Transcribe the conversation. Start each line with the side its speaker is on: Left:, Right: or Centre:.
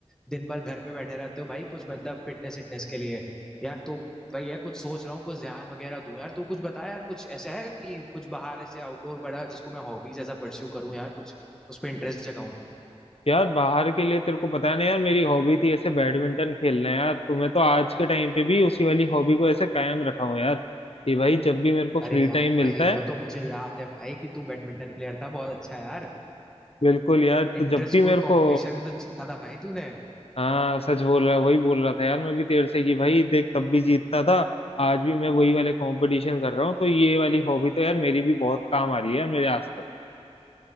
Centre: दिन भर घर पे बैठे रहते हो भाई कुछ मतलब फिटनेस फिटनेस के लिए यार तो भाई है कुछ सोच रहा हूँ कुछ ध्यान वगैरह दूं यार तू कुछ बता यार कुछ ऐसा है कि कुछ बाहर ऐसे आउटडोर बड़ा जिसको मैं हॉबीज ऐसा परस्यू करूँ यार कुछ उस पर इंटरेस्ट जगाऊं
Left: यार बाहर के लिए तेरे को पता नहीं यार मेरी हॉबी थी ऐसे बैडमिंटन खेलना यार तो मैं तो आज के टाइम पे भी उसी वाली हॉबी को ऐसे कायम रखा हूँ यार कि भाई जब भी मेरे को
Centre: अरे
Left: फ्री
Centre: यार
Left: टाइम मिलता
Centre: भाई
Left: है
Centre: वो तो मुझे याद है भाई कि तू बैडमिंटन प्लेयर था बहुत अच्छा यार
Left: बिल्कुल यार तो
Centre: इंटर
Left: जब भी
Centre: स्कूल
Left: मेरे
Centre: कंपटीशन
Left: को
Centre: भी तो जीता था भाई तूने
Left: हाँ सच बोल रहा वही बोल रहा था यार मैं भी तेर से कि भाई देख तब भी जीतता था आज भी मैं वही वाले कंपटीशन कर रहा हूँ तो ये वाली हॉबी तो यार मेरी भी बहुत काम आ रही है यार मेरे आज तक